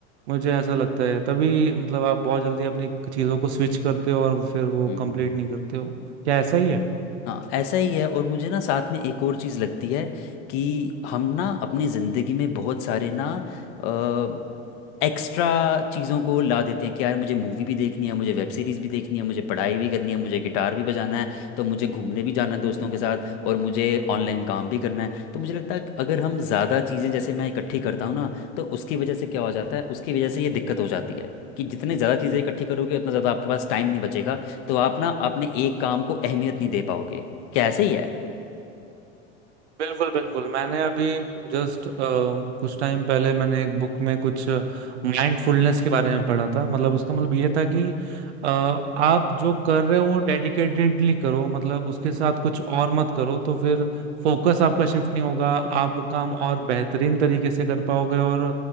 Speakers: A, on the right; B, on the left.
A: मुझे ऐसा लगता है तभी मतलब आप बहुत जल्दी अपनी चीज़ों को स्विच करते हो और फिर वो
B: हम्म
A: कंप्लीट नहीं करते हो क्या ऐसा ही है
B: हाँ ऐसा ही है और मुझे ना साथ में एक और चीज़ लगती है कि हम ना अपनी ज़िंदगी में बहुत सारे ना अ, एक्स्ट्रा चीज़ों को ला देते हैं कि यार मुझे मूवी भी देखनी है मुझे वेब सीरीज़ भी देखनी है मुझे पढ़ाई भी करनी है मुझे गिटार भी बजाना है तो मुझे घूमने भी जाना है दोस्तों के साथ और मुझे ऑनलाइन काम भी करना है तो मुझे लगता है कि अगर हम ज़्यादा चीज़ें जैसे मैं इकट्ठी करता हूँ ना तो उसकी वजह से क्या हो जाता है उसकी वजह से ये दिक्कत हो जाती है कि जितने ज़्यादा चीज़ें इकट्ठी करोगे उतना ज़्यादा आपके पास टाइम नहीं बचेगा तो आप ना अपने एक काम को अहमियत नहीं दे पाओगे कैसे ही है
A: बिल्कुल बिल्कुल मैंने अभी जस्ट कुछ टाइम पहले मैंने एक बुक में कुछ माइंडफुलनेस के बारे में पढ़ा था मतलब उसका मतलब ये था कि अ, आप जो कर रहे हो डेडिकेटेडली करो मतलब उसके साथ कुछ और मत करो तो फिर फोकस आपका शिफ्ट नहीं होगा आप वो काम और बेहतरीन तरीके से कर पाओगे और